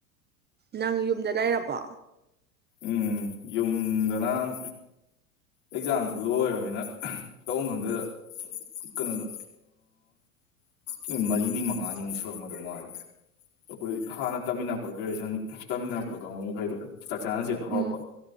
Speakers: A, on the right (about 20°); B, on the left (about 50°).
A: ꯅꯪ ꯌꯨꯝꯗꯥ ꯂꯩꯔꯕꯣ?
B: ꯎꯝꯝ ꯌꯨꯝꯗꯅ ꯅꯍꯥꯟ ꯑꯦꯛꯖꯥꯝꯁꯨ ꯂꯣꯏꯔꯕꯅꯤꯅ ꯇꯧ ꯐꯝ ꯈꯪꯗꯗ ꯀꯩꯅꯣꯗꯥ
A: <inaudible>
B: ꯅꯃꯤꯠ ꯃꯔꯤꯅꯤ ꯃꯉꯥꯅꯤꯃꯨꯛ ꯁꯨꯔꯝꯃꯗꯧ ꯃꯥꯜꯂꯦ ꯑꯩꯈꯣꯏ ꯍꯥꯟꯅ ꯇꯝꯃꯤꯟꯅꯔꯛꯄ ꯒ꯭ꯔꯦꯖꯨꯌꯦꯁꯟ ꯇꯝꯃꯤꯟꯅꯔꯛꯄ ꯀꯥꯡꯕꯨ ꯃꯈꯩꯗꯣ꯫ ꯆꯥꯛ ꯆꯥꯅꯁꯦꯅ ꯍꯧꯔꯛꯄ
A: ꯎꯝ